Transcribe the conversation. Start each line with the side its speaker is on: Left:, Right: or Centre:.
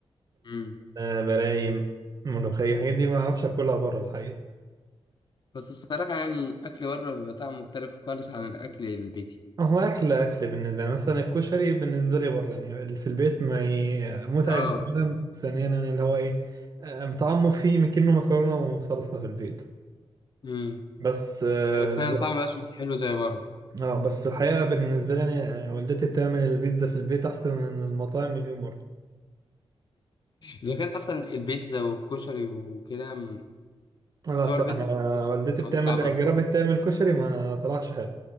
Left: امم
Right: الملايم الملوخية الحاجات دي ما أعرفش أكلها بره الحقيقة
Left: بس الصراحة يعني أكل بره بيبقى طعمه مختلف خالص عن الأكل البيتي
Right: آه، هو أكل أكل بالنسبة لي مثلا الكشري بالنسبة لي بره يعني اللي في البيت ما ي... متعب
Left: اه
Right: أولا ثانيا يعني اللي هو إيه آه، متعمق فيه مكنه مكرونة وصلصة في البيت
Left: امم
Right: بس آه
Left: فعلا طعمه مبقاش حلو زي بره
Right: آه، بس الحقيقة بالنسبة لي يعني آه، والدتي بتعمل البيتزا في البيت أحسن من المطاعم مليون مرة
Left: إذا كان أصلا البيتزا والكشري وكده م-
Right: خلاص
Left: بتوع البيت
Right: آه،
Left: مش بيبقوش
Right: والدتي بتعمل
Left: زي بتاع بره
Right: جربت تعمل كشري ما طلعش حلو